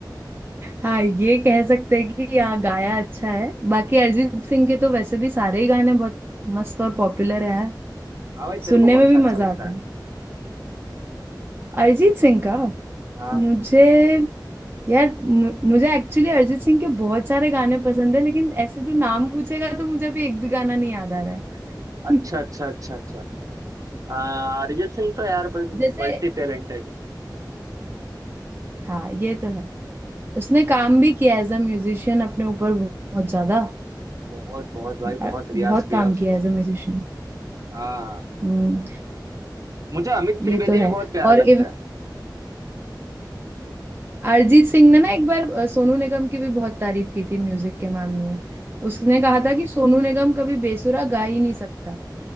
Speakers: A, on the right; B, on the right.
A: हाँ ये कह सकते हैं कि यहाँ गाया अच्छा है बाकी अरिजीत सिंह के तो वैसे भी सारे ही गाने बहुत मस्त और पॉपुलर है यार
B: हाँ भाई तेरे
A: सुनने
B: को कौन
A: में
B: सा
A: भी मजा
B: अच्छा लगता
A: आता
B: है
A: है अरिजीत सिंह का मुझे
B: हाँ
A: यार मु- मुझे एक्चुअली अरिजीत सिंह के बहुत सारे गाने पसंद है लेकिन ऐसे तू नाम पूछेगा तो मुझे अभी एक भी गाना नहीं याद आ रहा है
B: अच्छा
A: <laughs>
B: अच्छा अच्छा अच्छा आ, अरिजीत सिंह तो यार मल्टी
A: जैसे
B: टैलेंट है
A: हाँ ये तो है उसने काम भी किया एज अ म्यूजिशियन अपने ऊपर बहुत ज्यादा
B: बहुत बहुत भाई
A: अ,
B: बहुत रियाज
A: बहुत
B: किया
A: काम
B: उसने
A: किया एज अ म्यूजिशियन
B: हाँ
A: हम्म
B: मुझे अमित
A: ये
B: त्रिवेदी
A: तो है
B: भी बहुत प्यारा
A: और
B: लगता
A: इव,
B: है
A: अरिजीत सिंह ने ना एक बार अ, सोनू निगम की भी बहुत तारीफ की थी म्यूजिक के मामले में उसने कहा था कि सोनू निगम कभी बेसुरा गा ही नहीं सकता